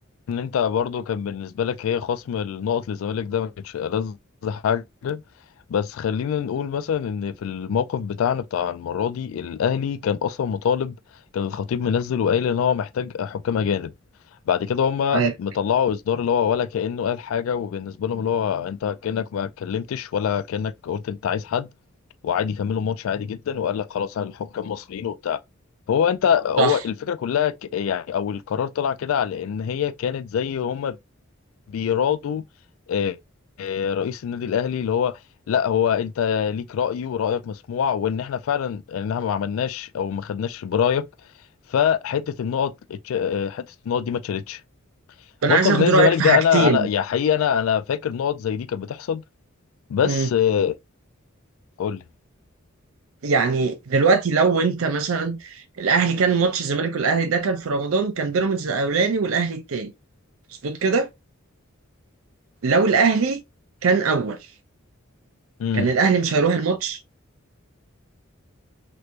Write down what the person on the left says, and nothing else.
ان انت برضو كان بالنسبه لك هي خصم النقط للزمالك ده ما كانش ألذ حاجه بس خلينا نقول مثلا ان في الموقف بتاعنا بتاع المره دي الاهلي كان اصلا مطالب كان الخطيب منزل وقايل ان هو محتاج حكام اجانب بعد كده هما
مطلعوا اصدار اللي هو ولا كانه قال حاجه وبالنسبه لهم اللي هو انت كانك ما اتكلمتش ولا كانك قلت انت عايز حد وعادي كملوا ماتش عادي جدا وقال لك خلاص اهل الحكام مصريين وبتاع فهو انت هو
الفكره كلها ك- يعني او القرار طلع كده على ان هي كانت زي هم بيرادوا آه، آه، رئيس النادي الاهلي اللي هو لا هو انت ليك راي ورايك مسموع وان احنا فعلا ان احنا ما عملناش او ما خدناش برايك فحته النقط اتش- آه، حته النقط دي ما اتشالتش
موقف
نادي الزمالك
ده
انا انا يا حقيقه انا انا فاكر نقط زي دي كانت بتحصل بس
آه، قول لي
امم